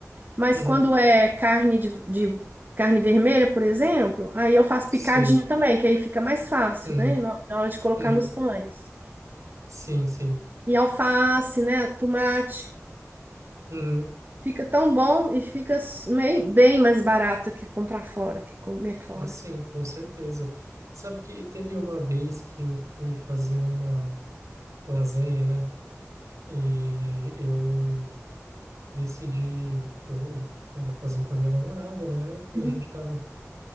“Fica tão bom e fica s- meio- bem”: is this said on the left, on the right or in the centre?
Right